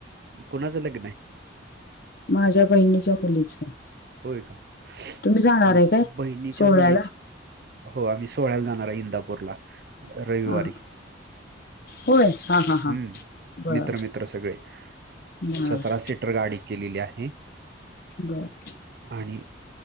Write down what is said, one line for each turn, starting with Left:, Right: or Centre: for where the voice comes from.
Right: कुणाचं लग्न आहे?
Left: माझ्या बहिणीच्या मुलीचं.
Right: होय का? <unintelligible>
Left: तुम्ही जाणार
Right: म
Left: आहे काय
Right: बहिणीच्या
Left: सोहळ्याला
Right: मुलीच हो आम्ही सोहळ्याला जाणार हाय इंदापूरला रविवारी.
Left: हा हा होय हा हा हा
Right: हूं.
Left: बर
Right: मित्र मित्र सगळे.
Left: बर
Right: सतरा शे टर गाडी केलेली आहे.
Left: बरं. <unintelligible>
Right: आणि